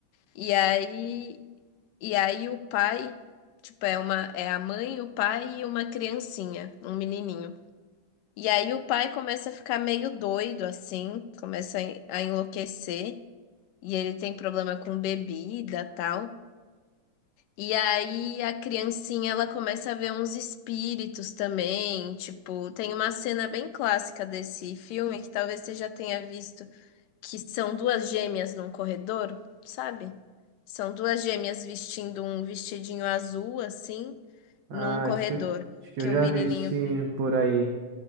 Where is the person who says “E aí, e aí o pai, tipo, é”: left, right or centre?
Left